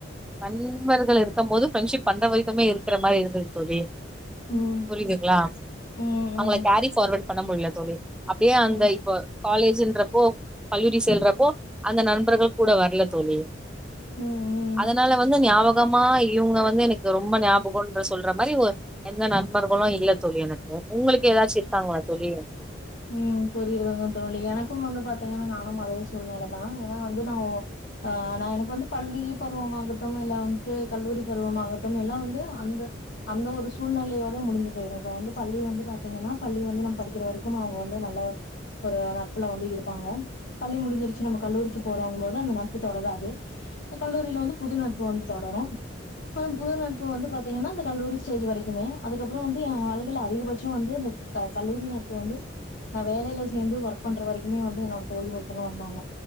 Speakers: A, in the centre; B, on the left (about 65°).
A: நண்பர்கள் இருக்கும் போது ஃபிரெண்ட்ஷிப் பண்ற வரைக்குமே இருக்கிற மாரி இருந்தது தோழி
B: ம்
A: புரியுதுங்களா
B: ம்
A: அவங்கள
B: ம்
A: கேரி ஃபார்வர்ட் பண்ண முடியல தோழி அப்டியே அந்த
B: ம்
A: இப்போ காலேஜூன்றப்போ கல்லூரி செல்றப்போ அந்த நண்பர்கள் கூட வரல தோழி
B: ம் ம்
A: அதனால வந்து ஞாபக கமா இவுங்க வந்து எனக்கு ரொம்ப ஞாபகோன்ற சொல்ற மாரி ஒரு எந்த நண்பர்களு இல்ல தோழி எனக்கு உங்களுக்கு ஏதாச்சு இருக்காங்களா தோழி
B: உம் புரியுதுங்க தோழி எனக்கும் வந்து பாத்தீங்கன்னா நானும் அதே சூழ்நெலைதா ஏன்னா வந்து நா ஆ நா எனக்கு வந்து பள்ளி பருவமாகட்டும் இல்ல வந்துட்டு கல்லூரி பருவமாகட்டும் எல்லா வந்து அந்த அந்த ஒரு சூழ்நிலையோட முடிஞ்சு போயிரு இப்ப வந்து பள்ளி வந்து பாத்தீங்கன்னா பள்ளி வந்து நம்ம படிக்கிற வரைக் த்தமா அவுங்க வந்து நல்ல ஒரு நட்புல வந்து இருப்பாங்க பள்ளி முடிஞ்சிருச்சு நம்ம கல்லூரிக்கு போறோங்கும் போது அந்த நட்பு தொடராது அ கல்லூரியில வந்து புது நட்பு வந்து தொடரு புது புது நட்பு வந்து பாத்தீங்கன்னா இந்த கல்லூரி ஸ்டேஜ் வரைக்குமே அதுக்கப்புறோ வந்து என் வாழ்க்கையில அதிகபட்சோ வந்து இந்த க கல்லூரி நாட் இப்ப வந்து நா வேலையில சேந்து ஒர்க் பண்ற வரைக்குமே வந்து என்னோட தோழி ஒருத்தவங்க வந்தாங்க